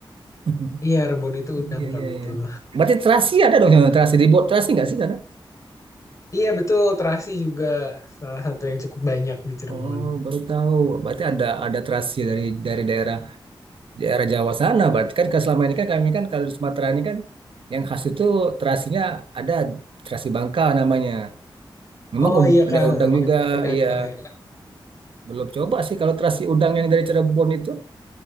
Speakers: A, on the right; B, on the left.
A: <laughs>
B: Iya, rebon itu udang
A: Iya
B: Kak,
A: iya
B: betul.
A: iya. Berarti terasi ada dong sana, terasi dibuat terasi nggak sih sana?
B: Iya, betul, terasi juga salah satu yang cukup banyak di Cirebon.
A: Oh, baru tahu. Berarti ada ada terasi dari dari daerah daerah Jawa sana berarti kan kalau selama ini kan kami kan kalau di Sumatera ini kan yang khas itu terasinya ada terasi Bangka namanya memang
B: Oh
A: ud-
B: iya
A: ada
B: Kak,
A: udang
B: eh,
A: juga
B: benar, pernah
A: iya
B: dengar.
A: belum coba sih kalau terasi udang yang dari Cirebon itu